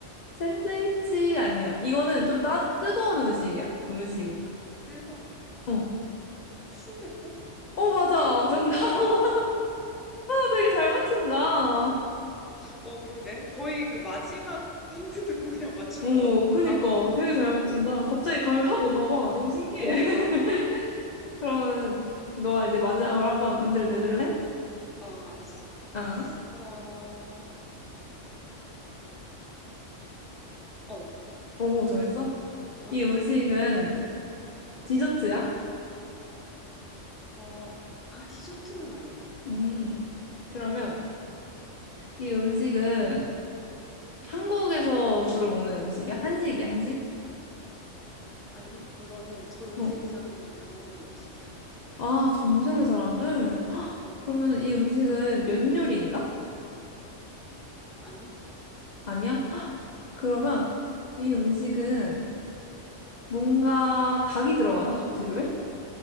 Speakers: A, on the left; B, in the centre.
A: 샌드위치 아니야. 이거는 좀 따, 뜨거운 음식이야. 음식이.
B: 아, 뜨거운
A: 어.
B: 순댓국?
A: 어, 맞아. 정답. <laughs>
B: 오! <laughs>
A: 되게 잘 맞춘다. 어.
B: 어, 그러게. 거의 그 마지막 힌트 듣고 그냥 맞추는
A: 어,
B: 것 같은데,
A: 그니까.
B: 다?
A: 되게 잘 맞춘다. 갑자기 감이 확 오나 봐. 너무 신기해.
B: 어,
A: <laughs> 그러면은, 너가 이제 마지막으로 한번 문제를 내줄래?
B: 어, 알았어.
A: 어.
B: 어, 어,
A: 오, 정했어?
B: 응.
A: 이 음식은 디저트야?
B: 어, 아, 디저트는 아니야.
A: 음. 그러면, 이 음식은 한국에서 주로 먹는 음식이야? 한식이야, 한식?
B: 아니, 이거는 전
A: 어.
B: 세계 사람들이 다 먹는 음식이야.
A: 아, 전 세계 사람들? <gasps> 헉,
B: 어,
A: 그러면 이 음식은 면 요리인가?
B: 아니?
A: 아니야? <gasps> 헉, 그러면 이 음식은 뭔가 닭이 들어가나? 저- 재료에?